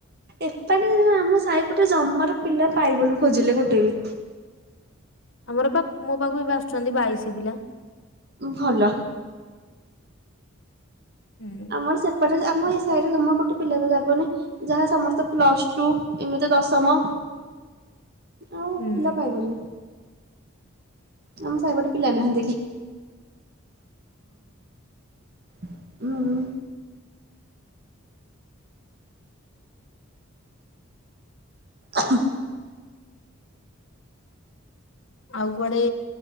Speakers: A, on the right; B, on the left.
A: ଏପଟେ ଆମ ସାହିପଟେ ଜମାରୁ ପିଲା ପାଇବନି ଖୋଜିଲେ ଗୋଟେ ବି।
B: ଆମର ପାଖ ମୋ ପାଖକୁ ଏବେ ଆସୁଛନ୍ତି ବାଇଶି ପିଲା।
A: ଭଲ।
B: ହୁଁ
A: ଆମର ସେପଟେ ଆମ ଏଇ ସାଇରେ ତମ ଗୋଟେ ପିଲା ବି ଯାବନି ଯାହା ସମସ୍ତେ ପ୍ଲସ ଟୁ ଏମିତି ଦଶମ। ଆଉ
B: ହଁ।
A: ପିଲା ପାଇବନି। ଆମ ସାଇରେ ପଟେ ପିଲା ନାହାନ୍ତି କେହି। ଉଁ ଉଁ। ଙ୍ଖ।
B: ଆଉ କୁଆଡେ